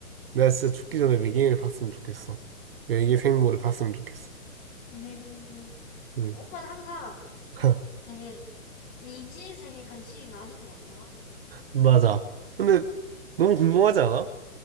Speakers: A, on the right (about 45°); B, on the left (about 20°).
A: 내가 진짜 죽기 전에 외계인을 봤으면 좋겠어. 외계 생물을 봤으면 좋겠어.
B: 얘네 생물.
A: 응.
B: 약간 오빠는 항상
A: <laughs>
B: 되게 미지의 세계에 관심이 많은 것 같더라.
A: 맞아. 근데 너무 궁금하지 않아?